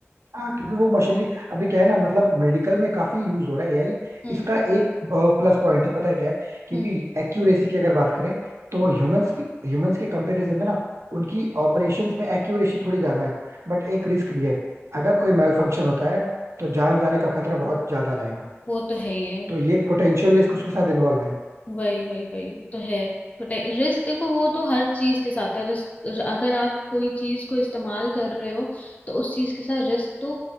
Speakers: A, on the right; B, on the left.
A: हाँ क्योंकि वो मशीनरी अभी क्या है ना मतलब मेडिकल में काफी यूज हो रहा है एआई
B: हम्म
A: इसका एक प्लस पॉइंट है पता है क्या है क्योंकि
B: हम्म
A: एक्यूरेसी की अगर बात करें तो
B: हाँ,
A: ह्यूमंस की ह्यूमंस के कंपैरिजन में ना उनकी ऑपरेशंस में एक्यूरेसी थोड़ी ज्यादा है बट एक रिस्क भी है अगर कोई मेल फंक्शन होता है तो जान जाने का खतरा बहुत ज्यादा रहेगा
B: वो तो है ही है वो
A: तो
B: तो-
A: ये पोटेंशियल रिस्क उसके साथ इन्वॉल्व है
B: वही वही वही वो तो है बट रिस्क देखो वो तो हर चीज के साथ है रिस्क अगर आप कोई चीज को इस्तेमाल कर रहे हो तो उस चीज के साथ रिस्क तो